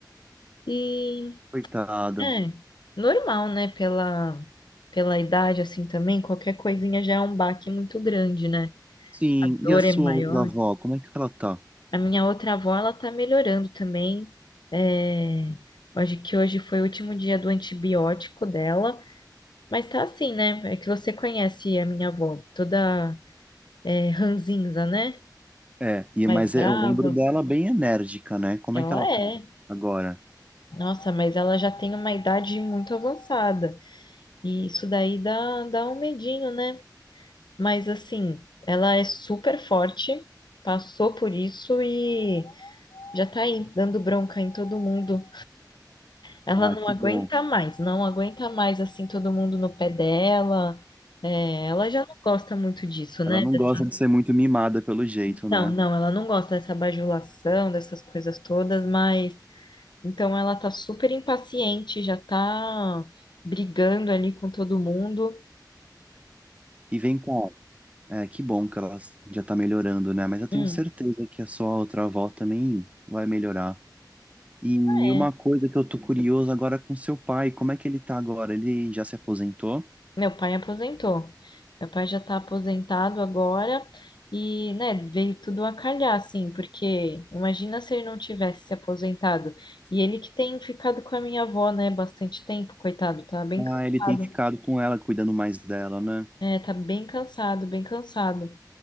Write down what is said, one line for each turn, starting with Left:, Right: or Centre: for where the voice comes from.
Left: E
Right: Coitada.
Left: é normal, né, pela pela idade assim também, qualquer coisinha já é um baque muito grande, né?
Right: Sim.
Left: A dor
Right: E a sua
Left: é maior.
Right: outra avó? Como é que ela tá?
Left: A minha outra avó, ela tá melhorando também. É, acho que hoje foi o último dia do antibiótico dela, mas tá assim, né? É que você conhece a minha avó, toda é, ranzinza, né?
Right: É, e,
Left: Mais
Right: mas
Left: brava.
Right: é- eu lembro dela bem enérgica, né? Como
Left: Ela
Right: é que ela tá
Left: é.
Right: agora?
Left: Nossa, mas ela já tem uma idade muito avançada. E isso daí dá, dá um medinho, né? Mas assim, ela é super forte, passou por isso e já tá aí dando bronca em todo mundo. Ela
Right: Ah,
Left: não
Right: que
Left: aguenta
Right: bom.
Left: mais, não aguenta mais assim todo mundo no pé dela. É, ela já não gosta muito disso, né?
Right: Ela não
Left: Dessa-
Right: gosta de ser muito mimada pelo jeito,
Left: Não,
Right: né?
Left: não, ela não gosta dessa bajulação, dessas coisas todas, mas então ela tá super impaciente, já tá brigando ali com todo mundo.
Right: E vem cá, é, que bom que ela já tá melhorando, né? Mas eu tenho
Left: Hum,
Right: certeza que a sua outra avó também vai melhorar. E
Left: é.
Right: uma coisa que eu tô curioso agora com seu pai, como é que ele tá agora? Ele já se aposentou?
Left: Meu pai aposentou. Meu pai já está aposentado agora e, né, veio tudo a calhar, assim, porque imagina se ele não tivesse se aposentado. E ele que tem ficado com a minha avó, né, bastante tempo, coitado, tá bem
Right: Ah,
Left: cansado.
Right: ele tem ficado com ela, cuidando mais dela, né?
Left: É, tá bem cansado, bem cansado.